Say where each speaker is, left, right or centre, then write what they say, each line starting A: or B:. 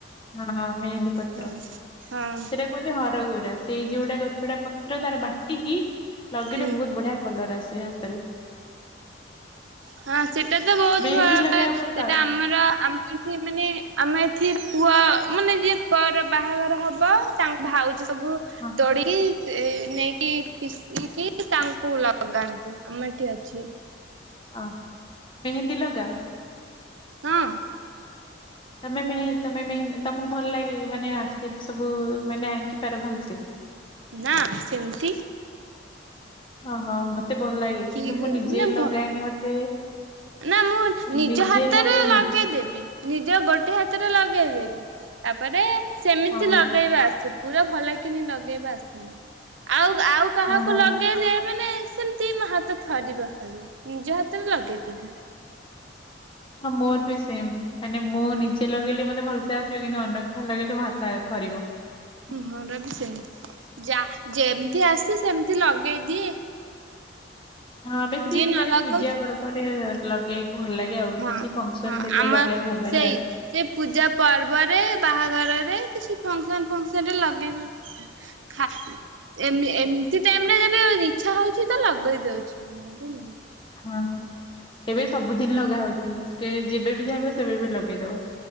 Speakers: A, on the left; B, on the right.
A: ହଁ, ମେହେନ୍ଦୀ ପତ୍ର।
B: ହଁ ହଁ।
A: ସେଇଟାକୁ କୁହନ୍ତି ହରଗୌରା, ସେଇ ଯୋଉଟା ଗଛଟା ପତ୍ର ତାର ବାଟିକି ଲଗେଇଲେ
B: ହୁଁ
A: ବହୁତ ବଢିଆ କଲର୍ ଆସେ ହାତରେ।
B: ହଁ, ସେଟା ତ ବହୁତ
A: ମେହେନ୍ଦୀ
B: ଭଲ <unintelligible>
A: ଲଗେଇବାକୁ ଭଲ
B: ସେଟା
A: ପାଅ
B: ଆମ ର <unintelligible> ଏଠି ମାନେ ଆମ ଏଠି ପୁଅ ମାନେ ଯିଏ ପୁଅର ବାହାଘର ହବ ତା ଭାଉଜ ସବୁ
A: ହଁ
B: ତୋଡିକି ସେ ନେଇକି ପିଶିକି ତାଙ୍କୁ ଲଗାନ୍ତି, ଆମର ଏଠି ଅଛି।
A: ଅ ମେହେନ୍ଦୀ ଲଗାଅ?
B: ହଁ।
A: ତମେ ମେହେ ତମେ ମେହେ ତମକୁ ଭଲ ଲାଗେ ମାନେ ଆସେ ସବୁ ମାନେ ଆଙ୍କି ପାର ଭଲସେ?
B: ନା, ସେମିତି।
A: ଓହୋଃ, ମତେ ଭଲ ଲାଗେ
B: ଠିକ
A: କିନ୍ତୁ ମୁଁ ନିଜେ
B: ମାନେ
A: ଲଗାଏନି
B: ଭ
A: ମତେ
B: ନା, ମୁଁ ନିଜ
A: ନିଜେ
B: ହାତରେ
A: ଲଗଉନ
B: ଲ ଗେଇଦବି ନିଜ ଗୋଟେ ହାତରେ ଲଗେଇଦେବି ତାପରେ ସେମିତି
A: ଓହୋ
B: ଲଗେଇବା ଆସେ ପୁରା ଭଲ କିିନି ଲଗେଇବା ଆସନ୍ତି। ଆଉ ଆଉ କାହାକୁ
A: ଓହୋ
B: ଲଗେଇଲେ ମାନେ ସେମିତି ମୋ ହାତ ଥରିବ ଖାଲି ନିଜ ହାତରେ ଲଗେଇଦେବି।
A: ହଁ ମୋର ବି ସେମ ମାନେ ମୁଁ ନିଜେ ଲଗେଇଲେ ମତେ ଭଲସେ ଆସିବ କିନ୍ତୁ ଅନ୍ୟ କାର ଲଗେଇଲେ ମୋ ହାତ ଥରିବ। <inaudible>
B: <unintelligible> ଯା ଯେମିତି ଆସି ସେମିତି ଲଗେଇଦିଏ।
A: ହଁ, ବେଶୀ
B: ଯିଏ
A: ମାନେ
B: ନ ଲଗଉଛି
A: ପୂଜା ପର୍ବରେ ଲଗେ ଭଲ ଲାଗେ ଆଉ
B: ହଁ
A: କିଛି ଫଙ୍କସନ
B: ହଁ
A: ଥିଲେ
B: ଆମ
A: ଲଗେଇବାକୁ ଭଲ ଲାଗେ
B: ସେଇ
A: ଆଉ।
B: ସେ ପୂଜା ପର୍ବରେ ବାହାଘରରେ କିଛି ଫଙ୍କସନ ଫଙ୍କସନ ରେ ଲଗେଇବାକୁ ହଁ <inaudible> ଏ ଏମିତି ତ ଏମିବେ ଇଚଛା ହଉଛି ତ ଲଗେଇ ଦଉଛିତି। ନହେଲେ ନାଁହ୍ନି।
A: ହଁ, ଏବେ ସବୁଦିନ ଲଗା ହଉଛି। କେ ଯେବେବି
B: ହଁ
A: ଚାହିଁବ ସେବେ ବି ଲଗେଇଦବ।